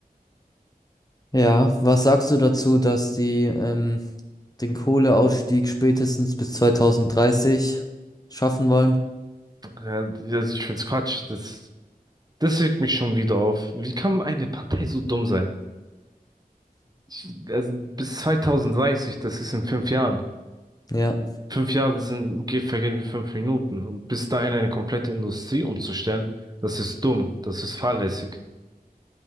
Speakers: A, on the left; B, on the right.
A: Ja, was sagst du dazu, dass die ähm, den Kohleausstieg spätestens bis 2030 schaffen wollen?
B: Ja, also ich find's Quatsch, das Das regt mich schon wieder auf. Wie kann eine Partei so dumm sein? Ich, also bis 2030, das ist in fünf Jahren.
A: Ja,
B: Fünf Jahre sind, geht, vergehen wie fünf Minuten. Und bis dahin eine komplette Industrie umzustellen, das ist dumm, das ist fahrlässig.